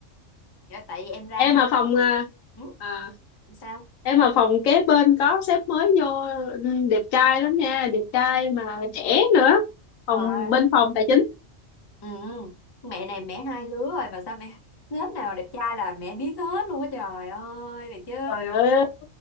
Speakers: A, on the left (about 25°); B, on the left (about 90°).
A: dạ, tại vì em ra
B: Em
A: nhóm
B: ở phòng
A: rồi
B: à,
A: ừ.
B: à,
A: sao
B: em ở phòng kế bên có sếp mới vô ừ, đẹp trai lắm nha, đẹp trai mà trẻ nữa. Phòng
A: rồi
B: bên phòng tài chính.
A: Ừ. Mẹ này mẹ hai lứa rồi mà sao mẹ lớp nào đẹp trai là mẹ biết hết luôn á trời ơi thì chứ
B: Trời ơi,